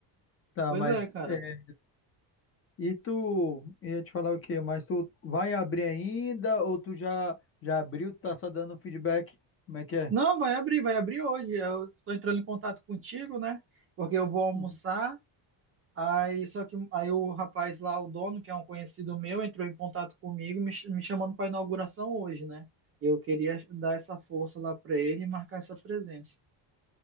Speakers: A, on the left; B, on the right.
A: Tá,
B: Pois
A: mas
B: é, cara.
A: é, e tu ia te falar o quê? Mas tu vai abrir ainda ou tu já já abriu, tá só dando feedback? Como é que é?
B: Não, vai abrir, vai abrir hoje. Eu tô entrando em contato contigo, né? Porque eu vou almoçar.
A: Uhum.
B: Aí, só que aí o rapaz lá, o dono, que é um conhecido meu, entrou em contato comigo, me, ch- me chamando para inauguração hoje, né? Eu queria dar essa força lá para ele e marcar essa presença,